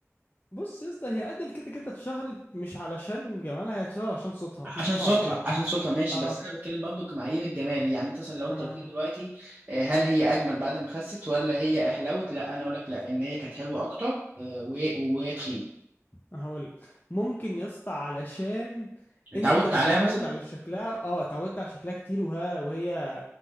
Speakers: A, on the left; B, on the right.
A: بص يا اسطى هي ادل كده كده اتشهرت مش علشان جمالها هي اتشهرت عشان صوتها
B: عشان
A: عشان صوتها
B: صوتها
A: حلو
B: عشان صوتها ماشي
A: اه
B: بس انا بتكلم برضه كمعايير الجمال يعني انت مثلا لو
A: ما
B: انت
A: انا
B: قلت لي دلوقتي آه، هل هي اجمل بعد ما خست ولا هي احلوت لا انا اقول لك لا ان هي كانت حلوة اكتر آه، وهي وهي تخينة
A: هقول ممكن يا اسطى علشان
B: اتعودت
A: انت متعود
B: عليها مثلا
A: على شكلها اه اتعودت على شكلها كتير وها وهي